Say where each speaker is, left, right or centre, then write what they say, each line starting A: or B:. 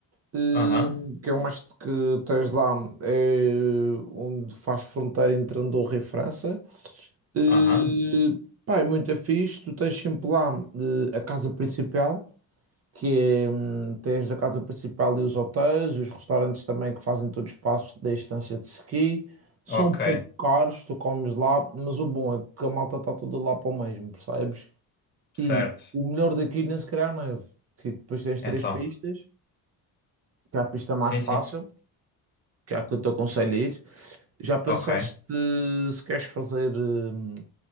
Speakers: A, on the right (about 40°); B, on the left (about 25°).
A: eh,
B: Aham,
A: que é uma est- que tens lá, é onde faz fronteira entre Andorra e França. Eh,
B: aham,
A: Pá, é muito fixe, tu tens sempre lá eh, a casa principal, que é, hum, tens a casa principal e os hotéis, os restaurantes também que fazem todos os passos da estância de ski. São
B: ok,
A: um pouco caros, tu comes lá, mas o bom é que a malta está toda lá para o mesmo, percebes?
B: certo.
A: E o melhor daqui, nem se calhar, não é? Que depois tens
B: Então,
A: três pistas, que é a pista mais
B: sim,
A: fácil,
B: sim,
A: que é a que eu te aconselho a ir. Já pensaste
B: ok.
A: se queres fazer hum,